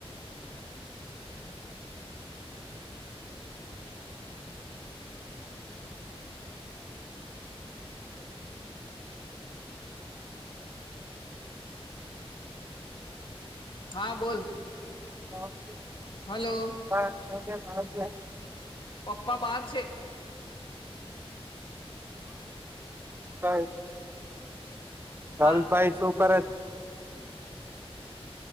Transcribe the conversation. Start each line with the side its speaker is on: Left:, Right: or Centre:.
Left: હા બોલ
Right: તો
Left: હલો
Right: <unintelligible>
Left: પપ્પા બહાર છે
Right: હ
Left: હા
Right: અલ ભાઈ શું કરે છે